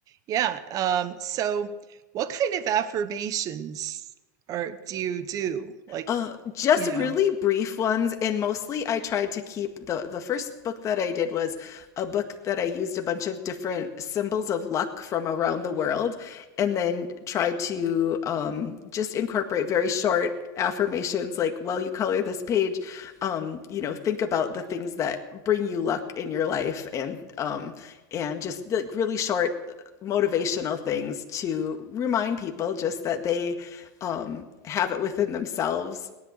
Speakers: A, on the right (about 35°); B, on the left (about 30°).
A: Yeah, um, so what kind of affirmations are do you do? Like,
B: Uh, just
A: you know,
B: really brief ones, and mostly I tried to keep the the first book that I did was a book that I used a bunch of different symbols of luck from around the world, and then tried to um, just incorporate very short affirmations like while you color this page um you know think about the things that bring you luck in your life and um and just like really short uh, motivational things to remind people just that they um, have it within themselves